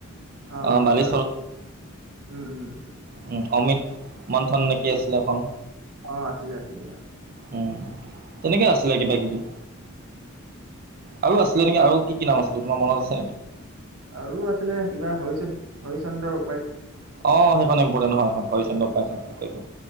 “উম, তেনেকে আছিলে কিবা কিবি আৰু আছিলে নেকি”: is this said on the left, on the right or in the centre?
Right